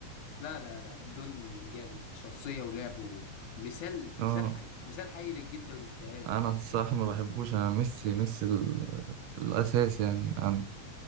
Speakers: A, on the left; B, on the right.
A: لا لا لا الدون جامد شخصيه ولعبه مثال
B: اه
A: مثال حي مثال حي للجد والاجتهاد
B: انا
A: يعني
B: الصراحة ما بحبوش انا ميسي ميسي ال- الاساس يعني عندي